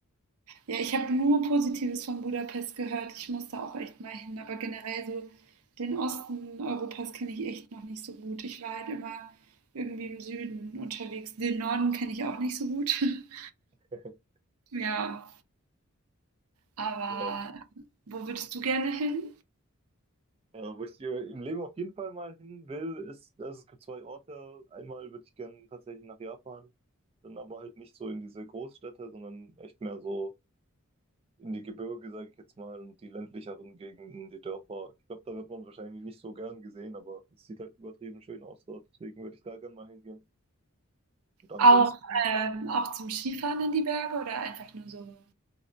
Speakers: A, on the right (about 80°); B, on the right (about 25°).
A: Ja, ich habe nur Positives von Budapest gehört. Ich muss da auch echt mal hin. Aber generell so den Osten Europas kenne ich echt noch nicht so gut. Ich war halt immer irgendwie im Süden unterwegs. Den Norden kenne ich auch nicht so gut. <laughs>
B: <laughs>
A: Ja, aber
B: Ja.
A: ähm, wo würdest du gerne hin?
B: Äh, wo ich dir im Leben auf jeden Fall mal hin will, ist, dass es gibt zwei Orte. Einmal würde ich gerne tatsächlich nach Japan, dann aber halt nicht so in diese Großstädte, sondern echt mehr so. in die Gebirge, sage ich jetzt mal, und die ländlicheren Gegenden, die Dörfer. Ich glaube, da wird man wahrscheinlich nicht so gern gesehen, aber es sieht halt übertrieben schön aus dort. Deswegen würde ich da gern mal hingehen. Und ansonsten,
A: Auch, ähm, auch zum Skifahren in die Berge oder einfach nur so?